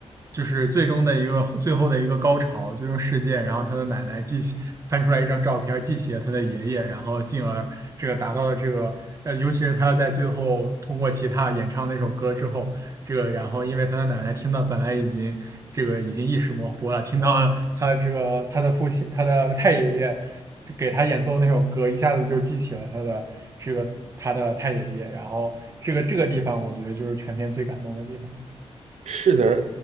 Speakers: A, on the right; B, on the right.
A: 就是最终的一个最后的一个高潮，最终事件，然后他的奶奶记起翻出来一张照片，记起了他的爷爷，然后进而这个达到了这个呃，尤其是他在最后通过吉他演唱那首歌之后，这个然后因为他的奶奶听到本来已经这个已经意识模糊了，听到了他的这个他的父亲他的太爷爷就给他演奏那首歌，一下子就记起了他的这个他的太爷爷，然后这个这个地方我觉得就是全片最感动的地方，
B: 是的，而